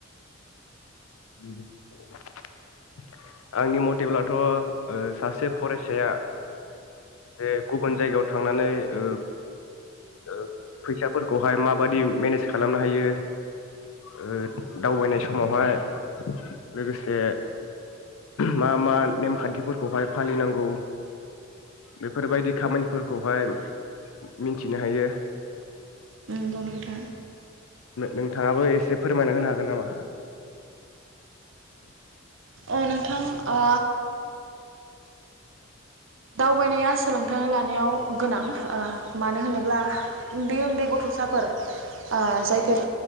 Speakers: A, on the left; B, on the right.
A: <unintelligible> आंनि मथेब्लाथ' ओ सासे फरायसाया बे गुबुन जायगायाव थांनानै ओ ओ फैसाफोरखौहाय माबादि मेनेज खालामनो हायो ओ दावबायनाय समावहाय लोगोसे मा मा नेमखान्थिफोरखौहाय फालिनांगौ बेफोरबायदि खामानिफोरखौहाय मिथिनो हायो
B: नंगौ नोंथां
A: नोंथाङाबो एसे फोरमायना होनो हागोन नामा
B: अ नोंथां ओ दावबायनाया सोलोंथां लानायाव गोनां ओ मानो होनोब्ला उन्दै उन्दै गथ'साफोर ओ जायफोर